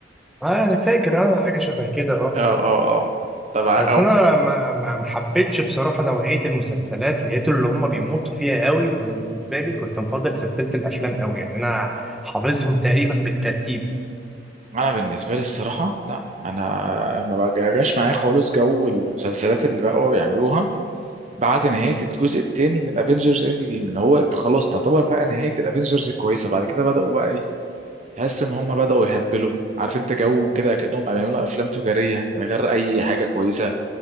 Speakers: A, in the centre; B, on the right.
A: اه انا فاكر اه حاجه شبه كده اه
B: اه اه اه طبعا
A: بس انا ما ما ما حبيتش بصراحه نوعيه المسلسلات لقيت اللي هم بيمطوا فيها قوي فانا بالنسبه لي كنت مفضل سلسله الافلام قوي يعني انا حافظهم <laughs> تقريبا بالترتيب
B: انا بالنسبه لي الصراحه لا انا ما بجاش معايا خالص جو المسلسلات اللي بقوا يعملوها بعد نهايه الجزء الثاني من افنجرز اند جيم ان هو خلاص تعتبر بقى نهايه الافنجرز الكويسه بعد كده بداوا بقى ايه تحس ان هم بداوا يهبلوا عارف انت جو كده اكنهم بيعملوا افلام تجاريه من غير اي حاجه كويسه